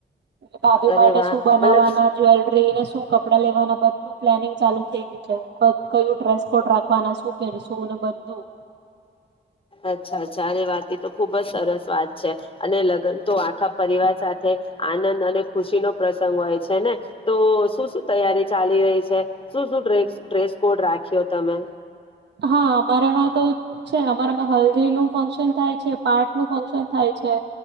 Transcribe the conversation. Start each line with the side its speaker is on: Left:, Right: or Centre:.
Right: ભાભી માટે
Left: અરે વાહ
Right: શું બનાવવાના
Left: મતલબ
Right: જ્વેલરીને શું કપડા લેવાના બધું પ્લાનિંગ ચાલુ થઈ ગયું છે કયું ડ્રેસ કોડ રાખવાના શું પહેરશું ને બધું
Left: અચ્છા ચારે વાત એ તો ખુબ જ સરસ વાત છે અને લગ્ન તો આખા પરિવાર સાથે આનંદ અને ખુશીનો પ્રસંગ હોય છે ને તો શું શું તૈયારી ચાલી રહી છે શું શું ડ્રેસ ડ્રેશ કોડ રાખ્યો તમે.
Right: હા અમારામાં તો છે અમારામાં હલ્દીનું ફંક્શન થાય છે, પાઠનું ફંક્શન થાય છે